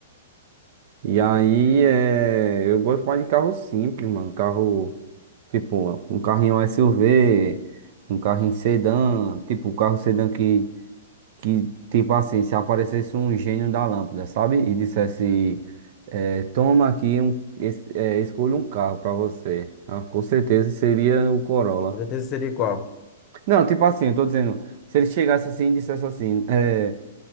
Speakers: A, on the right; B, on the left.
A: E aí, é, eu gosto mais de carro simples, mano. Carro, tipo, um carrinho SUV, um carrinho sedã, tipo, o carro sedã que, que, tipo assim, se aparecesse um gênio da lâmpada, sabe? E dissesse, é, toma aqui, um, es- é, escolha um carro pra você. Ah, com certeza seria o Corolla.
B: Com certeza seria qual?
A: Não, tipo assim, eu tô dizendo, se ele chegasse assim e dissesse assim, é,